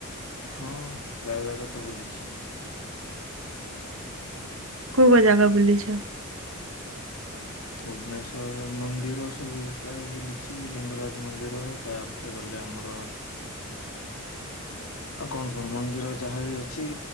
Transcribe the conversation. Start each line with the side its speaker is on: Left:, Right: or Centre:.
Left: ହଁ ପ୍ରାୟ ଜାଗା ତ ବୁଲିଚି।
Right: କଉ କଉ ଜାଗା ବୁଲିଚ?
Left: ଭୁବନେଶ୍ୱର ମନ୍ଦିର ସବୁ ପ୍ରାୟ ବୁଲିଚି ଲିଙ୍ଗରାଜ ମନ୍ଦିର ତାପରେ ଗ ସେ ଆମର
Right: <inaudible>
Left: ଆଉ କଣ କଣ ମନ୍ଦିର ଯାହା ବି ଅଛି